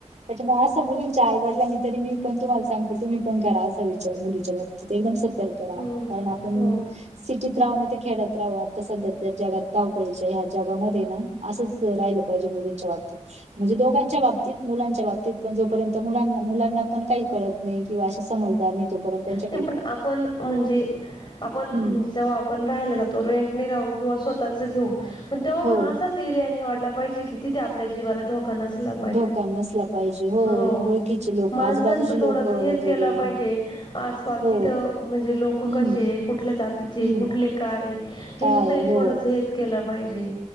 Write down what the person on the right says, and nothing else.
त्याच्यामुळे असं मुलींच. त्या आई-वडिलांनी तरी मी पण तुम्हाला सांगते तुम्ही पण करा असा विचार मुलीच्या बाबतीत एकदम सतर्क. करा
कारण आपण.
सिटीत राहऊ ना ते खेड्यात राहऊ आता सध्या त्या जगात धावपळीच्या ह्या जगामध्ये ना. असंच राहिलं पाहिजे मुलींच्या बाबतीत म्हणजे दोघांच्या बाबतीत मुलांच्या बाबतीत. पण जोपर्यंत मु मुलांना पण काही कळत नाही किंवा समजदार नाही. तोर्यंत त्यांच्या.
हम्म
हो
धोका नसला पाहिजे
ओळखीचे लोक
आजूबाजूचे
लोक
वगैरे
हो
हम्म
हम्म
काय
हो